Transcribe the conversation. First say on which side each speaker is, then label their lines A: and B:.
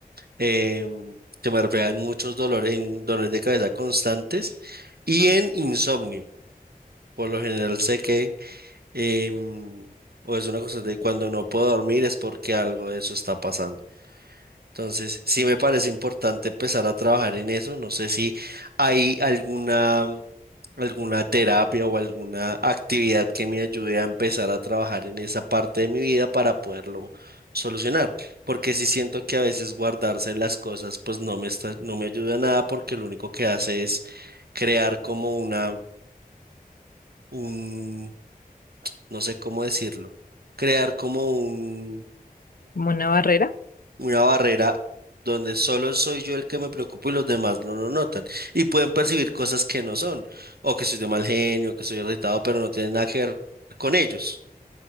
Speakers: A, on the right; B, on the left.
A: em, que me reflejan muchos dolores, en dolores de cabeza constantes y en insomnio. Por lo general sé que, em, o es una cosa de cuando no puedo dormir es porque algo de eso está pasando. Entonces, sí me parece importante empezar a trabajar en eso. No sé si hay alguna, alguna terapia o alguna actividad que me ayude a empezar a trabajar en esa parte de mi vida para poderlo solucionar. Porque sí siento que a veces guardarse las cosas pues no me está, no me ayuda a nada porque lo único que hace es crear como una, un, no sé cómo decirlo, crear como un,
B: como una barrera.
A: una barrera donde solo soy yo el que me preocupo y los demás no lo notan. Y pueden percibir cosas que no son, o que soy de mal genio, que soy irritado, pero no tiene nada que ver con ellos.